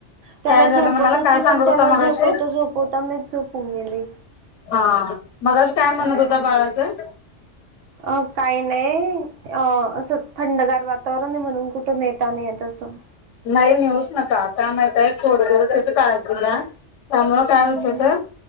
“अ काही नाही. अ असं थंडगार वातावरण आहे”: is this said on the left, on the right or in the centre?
Right